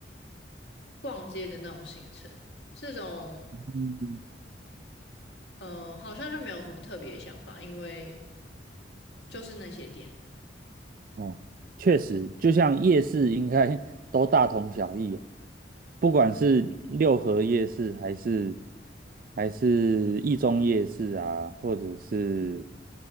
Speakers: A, on the left; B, on the right.
A: 逛街的那种行程，这种
B: 嗯，
A: 呃好像就没有什么特别想法，因为就是那些店。
B: 哦，确实，就像夜市应该 <laughs> 都大同小异啊，不管是六合夜市还是还是一中夜市啊，或者是